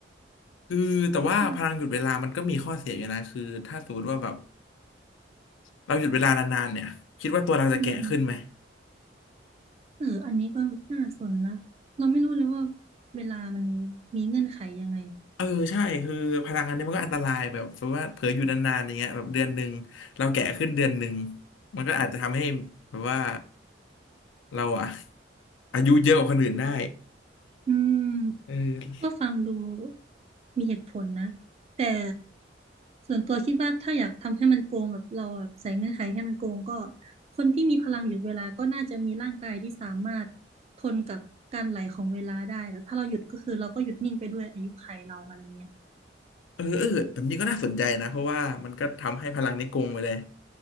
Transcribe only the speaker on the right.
มัน
อืมเอออันนี้ก็น่าสนนะเราไม่รู้เลยว่าเวลามันมีเงื่อนไขยังไง
อืม
ก็ฟังดูมีเหตุผลนะแต่ส่วนตัวคิดว่าถ้าอยากทำให้มันโกงแบบเราแบบใส่เงื่อนไขให้มันโกงก็คนที่มีพลังหยุดเวลาก็น่าจะมีร่างกายที่สามารถทนกับการไหลของเวลาได้แบบถ้าเราหยุดก็คือเราก็หยุดนิ่งไปด้วยอายุขัยเราอะไรเงี้ย